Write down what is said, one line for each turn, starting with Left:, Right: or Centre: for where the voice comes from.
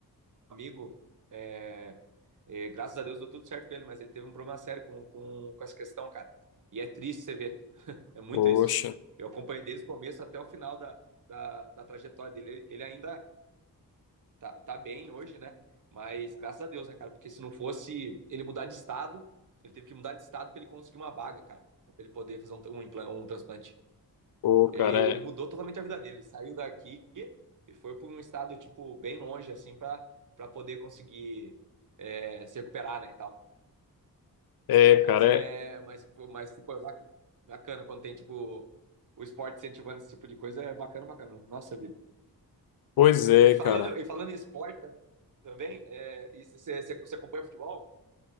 Right: amigo. é, é, graças a Deus deu tudo certo com ele, mas ele teve um problema sério com, com, com essa questão, cara. E é triste você ver. É muito
Left: Poxa.
Right: triste. Eu acompanhei desde o começo até o final da, da, da trajetória dele. Ele ainda tá, tá bem hoje, né? Mas graças a Deus, né, cara? Porque se não fosse ele mudar de estado, ele teve que mudar de estado para ele conseguir uma vaga, cara, para ele poder fazer um, um, um transplante.
Left: Pô, cara,
Right: Ele, ele
Left: é.
Right: mudou totalmente a vida dele. Ele saiu daqui e foi para um estado, tipo, bem longe, assim, para poder conseguir é, se recuperar, né, e tal.
Left: É,
Right: Mas
Left: cara,
Right: é,
Left: é
Right: mas, pô, mas tipo, é bac- bacana quando tem tipo o esporte incentivando esse tipo de coisa, é bacana, bacana. Nossa vida.
Left: Pois é,
Right: E falando,
Left: cara.
Right: e falando em esporte tam- também, é, e você você- você acompanha futebol?